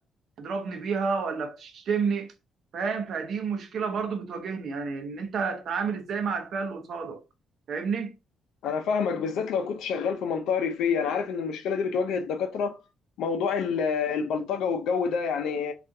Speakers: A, on the right (about 65°); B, on the left (about 80°).
A: تضربني بيها ولا بتشتمني فاهم فدي مشكله برضو بتواجهني يعني ان انت تتعامل ازاي مع الفئه اللي قصادك فاهمني
B: انا فاهمك بالذات لو كنت شغال في منطقه ريفيه انا عارف ان المشكله دي بتواجه الدكاتره موضوع ال- البلطجه والجو ده يعني